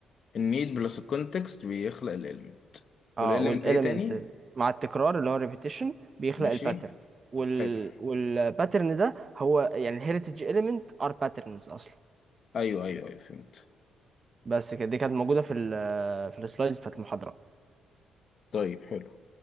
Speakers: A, on the left (about 50°); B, on the right (about 35°).
A: النيد بلس الكونتكست بيخلق الاليمنت
B: اه
A: والاليمنت
B: والاليمنت
A: ايه تاني
B: مع التكرار اللي هو ريبيتيشن بيخلق
A: ماشي
B: الباترن وال
A: حلو
B: والباترن ده هو يعني الهيريتج اليمنت ار باترنز اصلا
A: ايوه ايوه ايوه فهمت
B: بس كده دي كانت موجوده في ال في السلايدز بتاعت المحاضره
A: طيب حلو